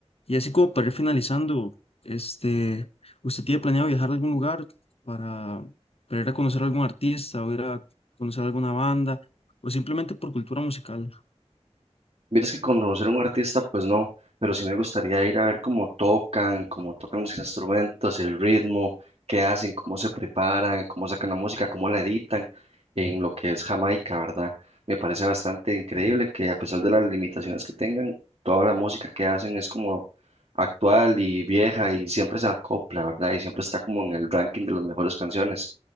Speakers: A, on the left; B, on the right.
A: Y así como para ir finalizando, este, ¿usted tiene planeado viajar a algún lugar para, para ir a conocer a algún artista o ir a conocer a alguna banda o simplemente por cultura musical?
B: Miras que conocer a un artista, pues no, pero sí me gustaría ir a ver cómo tocan, cómo tocan los instrumentos, el ritmo, qué hacen, cómo se preparan, cómo sacan la música, cómo la editan en lo que es Jamaica, ¿verdad? Me parece bastante increíble que a pesar de las limitaciones que tengan, toda la música que hacen es como actual y vieja y siempre se acopla, ¿verdad? Y siempre está como en el ranking de las mejores canciones.